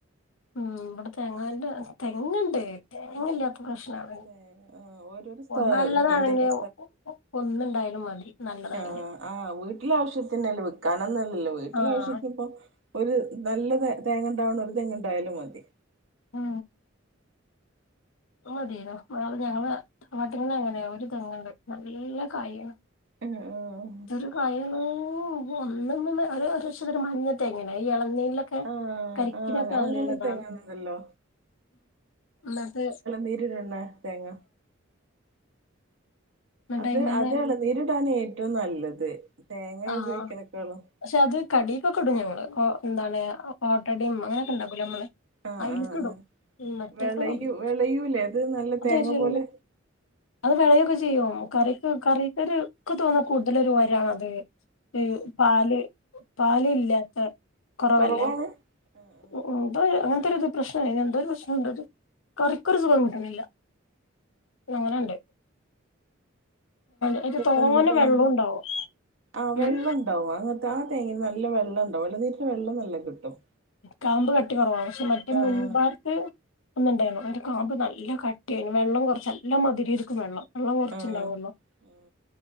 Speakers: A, on the left; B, on the right.
A: ഉം ഇവിടെ തെങ്ങ ൻ്റെ തെങ്ങണ്ട് തെങ്ങ്
B: ഉം
A: ഇല്ലാത്ത
B: ഉം
A: പ്രശ്നമാണ്
B: തേങ്ങ ആഹ് ഓരോരോ സ്ഥ
A: ന ല്ലതാണെങ്കിൽ
B: ഇതിന്റെയൊക്കെ
A: ഒന്ന്ണ്ടായൽ മതി നല്ലതാണെങ്കി
B: ആഹ ആഹ് വീട്ടിലെ ആവശ്യത്തിനല്ലേ വിക്കാനൊന്നുംല്ലല്ലോ വീട്ടില
A: ആഹ്
B: ആവശ്യത്തിന് ഇപ്പോൊ ഒരു നല്ല തേങ്ങ ഉണ്ടാവണം ഒരു തെങ്ങ്ണ്ടായാലും മതി
A: ആ അത് മതിയായുന്നു ഞങ്ങളെ തറവാട്ടിൽ അങ്ങനെ ഒരു തെങ്ങണ്ട് നല്ല കായാണ്
B: ആഹ് ആഹ്
A: ഇതൊരു <unintelligible> ഉം ഒന്നിൽ മഞ്ഞ തേങ്ങ യാണ് അത് ഇളനീൻ നു ലൊക്കേ
B: ആഹ്
A: കരിക്കൊക്കെ
B: ആഹ് അങ്ങനെ
A: നല്ലതാണ്
B: തേങ്ങ ഉണ്ടല്ലോ
A: ന്നിട്ട്
B: നേരിടുന്നെ തേങ്ങ
A: എന്നിട്ട്
B: അത്
A: അയിമന്ന്
B: അത് എളനീരിടാണ് ഏറ്റവും നല്ലത് തേങ്ങ
A: ആഹ
B: ഉപയോഗിക്കണേക്കാളും
A: പക്ഷെ അത് കടീക്കൊക്കെ ഇടോ കൊ എന്താണ് ആ ബടയും അങ്ങനൊക്കെണ്ടാക്കൂലേ നമ്മള്
B: ആഹ്
A: അയില്ക്ക്ടും
B: ആഹ് ആഹ്
A: ഉം മറ്റെകൊന്നും
B: വെളയു
A: ഇടൂല
B: വെളയൂലേ അത് നല്ല
A: അതൊരു
B: തേങ്ങ പോലെ
A: അത് വിളയൊക്കെ ചെയ്യോ കറിക്ക് കറിക്കൊരു ഇക്ക് തോന്നാ കൂടുതലൊരു ഒരാണത് ഹ് പാല് പാല് ഇല്ലാത്ത കുറവല്ലേ
B: കൊറവാണ് ആഹ്
A: ഉ ഉം എന്തൊരു അങ്ങനത്തോരു രു പ്രശ്നയിനു എന്തോരു പ്രശ്നണ്ടത് കറിക്കൊരു സുഖം കിട്ടണില്ല അങ്ങനെണ്ട്
B: എന്നിട്ട്
A: അയില് തോനെ
B: പ ഇന്ന്പ്പ
A: വെള്ളം
B: ന്ത്
A: ഉണ്ടാവും
B: ആഹ് വെള്ളം
A: ഉം
B: ഉണ്ടാവും അങ്ങനത്തെ ആ തേങ്ങെന്ന് നല്ല വെള്ളണ്ടാവും എളനീരിന്ന് വെള്ളം നല്ലം കിട്ടും
A: കാമ്പ് കട്ടി കുറവാ പക്ഷെ മറ്റേ
B: ആഹ്
A: മുൻപാർത്ത് ഒന്ന് ണ്ടായിന്ന് അയിൻ്റെ കാമ്പ് നല്ല കട്ടിയേർന്ന് വെള്ളം കൊർച്ച് നല്ല മദിരെ വെള്ളം വെള്ളം കൊർച്ച്
B: ആഹ്
A: ണ്ടാവ്വോള്ളു
B: ആഹ്